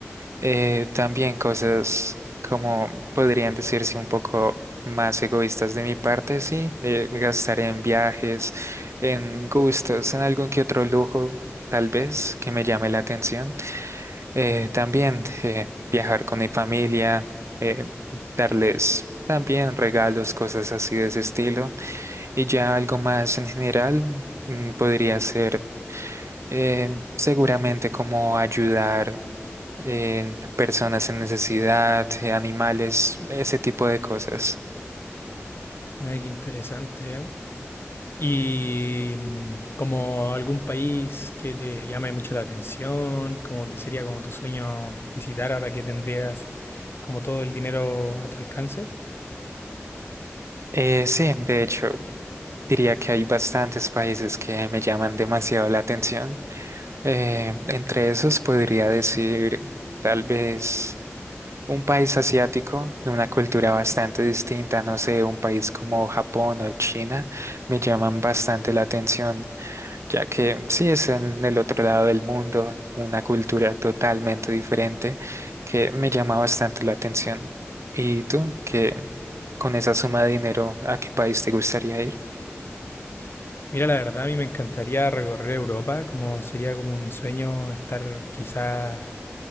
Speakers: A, on the right; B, on the left.
A: Eh, también cosas como podrían decirse un poco más egoístas de mi parte, sí, eh, gastar en viajes, en gustos, en algún que otro lujo, tal vez, que me llame la atención. Eh, también eh, viajar con mi familia, eh, darles también regalos, cosas así de ese estilo. Y ya algo más en general mm, podría ser eh, seguramente como ayudar eh, personas en necesidad, eh, animales, ese tipo de cosas.
B: Mira, qué interesante, ¿eh? Y mm, como algún país que te llame mucho la atención, como que sería como tu sueño visitar ahora que tendrías como todo el dinero a tu alcance.
A: Eh, sí, de hecho, diría que hay bastantes países que me llaman demasiado la atención. Eh, entre esos podría decir tal vez un país asiático, de una cultura bastante distinta, no sé, un país como Japón o China, me llaman bastante la atención, ya que sí es en el otro lado del mundo, una cultura totalmente diferente que me llama bastante la atención. ¿Y tú, que con esa suma de dinero, a qué país te gustaría ir?
B: Mira, la verdad a mí me encantaría recorrer Europa, como sería como mi sueño estar quizás